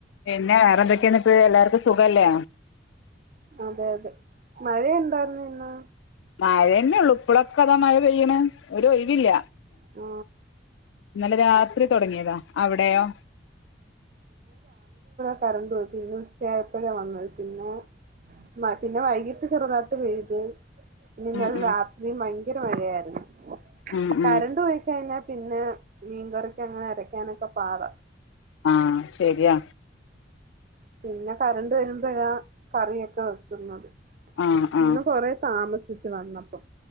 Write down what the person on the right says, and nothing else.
അതെ അതെ മഴ ഇണ്ടായ്ർന്ന് ഇന്ന്
ആ
<unintelligible> വന്ന് പിന്നെ മ പിന്നെ വൈകിട്ട് ചെറുതായിട്ട് പെയ്ത് ഇന്നലെ
രാത്രി ഭയങ്കര മഴാര്ന്ന്
കരണ്ട്
പോയികയ്ഞ്ഞാ പിന്നേ മീൻകറിക്കങ്ങനെ അരയ്ക്കാനൊക്കെ പാടാ.
പിന്നെ കരണ്ട് വരുമ്പഴാ കറിയൊക്കെ വെക്കുന്നത്.
ഇന്ന് കൊറേ താമസി സിച്ചു വന്നപ്പം.